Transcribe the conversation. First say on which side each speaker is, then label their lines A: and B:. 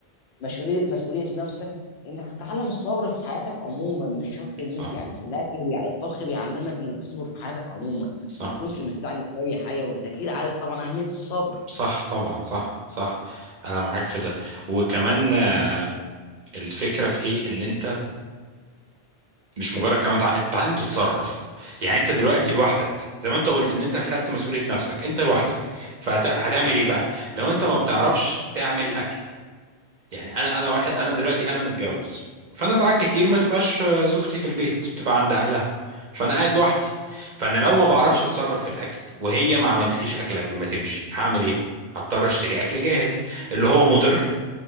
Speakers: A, on the left (about 80°); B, on the right (about 55°).
A: مسؤوليه مسؤوليه نفسك انك تتعلم الصبر في حياتك عموما مش شرط ان
B: صح
A: انت يعني الاكل يعني الطبخ بيعلمك انك تصبر في حياتك عموما
B: صح
A: ما تكونش مستعجل في اي حاجه وانت اكيد عارف طبعا اهميه الصبر
B: صح طبعا صح صح انا معاك في ده وكمان آه، الفكره في ايه ان انت مش مجرد كمان تع- انت تتعلم تتصرف يعني انت دلوقتي لوحدك زي ما انت قلت ان انت خدت مسؤوليه نفسك انت لوحدك فهتعمل ايه بقى لو انت ما بتعرفش تعمل اكل يعني انا انا واحد
A: اه
B: انا دلوقتي انا متجوز فانا ساعات كتير ما تبقاش زوجتي في البيت بتبقى عند اهلها فانا قاعد لوحدي فانا لو ما بعرفش اتصرف في الاكل وهي ما عملتليش اكل قبل ما تمشي هعمل ايه هضطر اشتري اكل جاهز اللي هو مضر